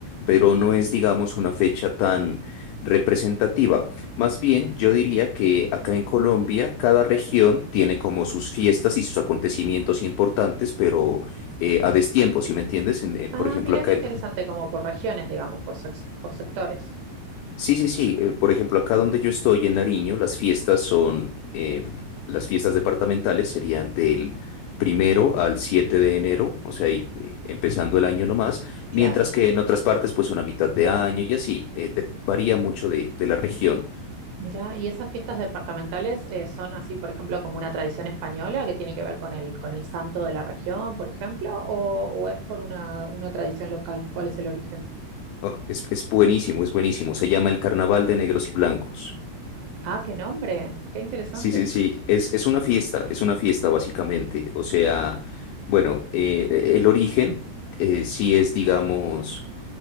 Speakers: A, on the left (about 85°); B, on the right (about 75°).
A: pero no es, digamos, una fecha tan representativa. Más bien, yo diría que acá en Colombia, cada región tiene como sus fiestas y sus acontecimientos importantes, pero eh, a destiempo, ¿sí me entiendes? En- eh, por
B: Ah,
A: ejemplo,
B: mira
A: acá,
B: qué interesante,
A: en-
B: como por regiones, digamos, por, sex- por sectores.
A: sí, sí, sí, eh, por ejemplo, acá donde yo estoy en Nariño, las fiestas son, eh, las fiestas departamentales serían del primero al 7 de enero, o sea, y, eh, empezando el año nomás,
B: Claro.
A: mientras que en otras partes, pues una mitad de año y así, eh, de- varía mucho de, de la región.
B: Mira, y esas fiestas departamentales eh, son así, por ejemplo, como una tradición española que tiene que ver con el, con el santo de la región, por ejemplo, o, o es por una, una tradición local. ¿Cuál es el origen?
A: Oh, es, es buenísimo, es buenísimo, se llama el Carnaval de Negros y Blancos.
B: Ah, qué nombre, qué interesante.
A: Sí, sí, sí, es, es una fiesta, es una fiesta básicamente. O sea, bueno, eh, e- el origen eh, sí es, digamos,